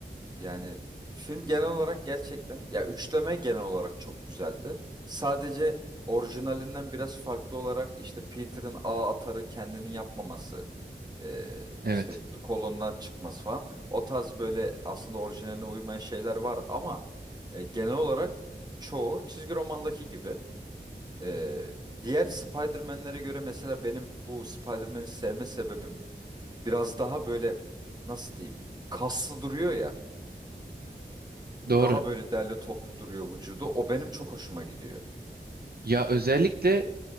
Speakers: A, on the right; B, on the right.
A: Yani film genel olarak gerçekten ya üçleme genel olarak çok güzeldi. Sadece orijinalinden biraz farklı olarak işte Peter'ın ağ atarı kendini yapmaması, e, işte
B: Evet.
A: kolondan çıkması falan. O tarz böyle aslında orijinaline uymayan şeyler var ama e, genel olarak çoğu çizgi romandaki gibi. E, diğer Spider-Man'lere göre mesela benim bu Spider-Man'i sevme sebebim biraz daha böyle nasıl diyeyim kaslı duruyor ya.
B: Doğru.
A: Daha böyle derli toplu duruyor vücudu. O benim çok hoşuma gidiyor.
B: Ya özellikle